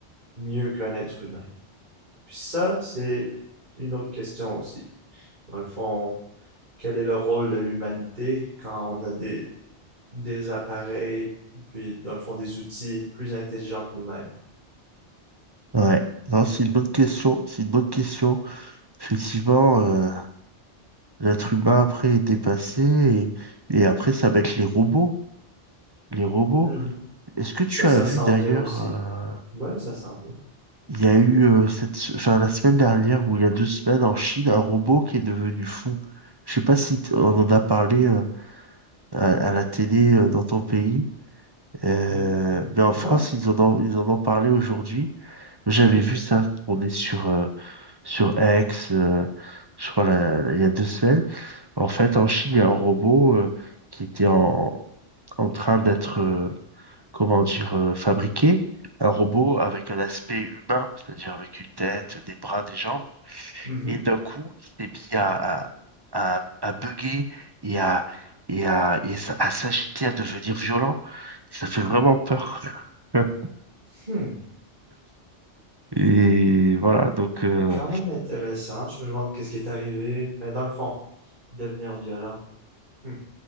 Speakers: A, on the right (about 40°); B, on the right (about 25°).
A: mieux qu'un être humain. Puis ça, c'est une autre question aussi. Dans le fond, quel est le rôle de l'humanité quand on a des, des appareils, puis dans le fond des outils plus intelligents que nous-mêmes?
B: Ouais, non, c'est une bonne question, c'est une bonne question. Effectivement, euh, l'être humain après est dépassé et, et après ça va être les robots. Les robots.
A: Mhm.
B: Est-ce que tu
A: Puis ça, ça
B: as vu
A: s'en
B: d'ailleurs,
A: vient aussi.
B: euh,
A: Ouais, ça s'en vient.
B: il y a eu euh, cette, se- enfin, la semaine dernière ou il y a deux semaines en Chine, un robot qui est devenu fou. Je sais pas si t- on en a parlé euh, à, à la télé euh, dans ton pays. Euh,
A: Hmm,
B: mais en
A: Non?
B: France, ils en ont, ils en ont parlé aujourd'hui. J'avais
A: Hmm.
B: vu ça tourner sur, euh, sur X, euh, je crois, la- il y a deux semaines. En fait, en Chine, il y a un robot euh, qui était en, en train d'être, euh, comment dire, euh, fabriqué. Un robot avec un aspect humain, c'est-à-dire avec une tête, des bras, des jambes.
A: Mhm.
B: Et d'un coup, il s'est mis à, à, à, à bugger et à, et à, et s- à s'agiter, à devenir violent. Ça fait vraiment peur. <laughs>
A: Hmm.
B: Et voilà, donc, euh,
A: Quand même intéressant. Je me demande qu'est-ce qui est arrivé. Mais dans le fond, devenir violent. Hmm.